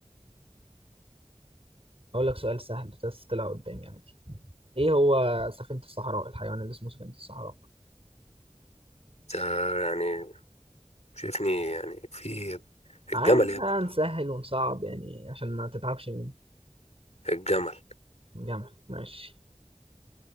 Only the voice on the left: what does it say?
انت يعني شايفني يعني في الجمل
يا
ابني
الجمل